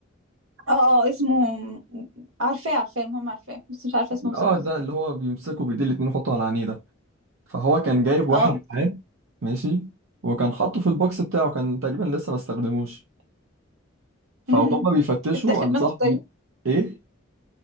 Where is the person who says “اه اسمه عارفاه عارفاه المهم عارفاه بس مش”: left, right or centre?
Right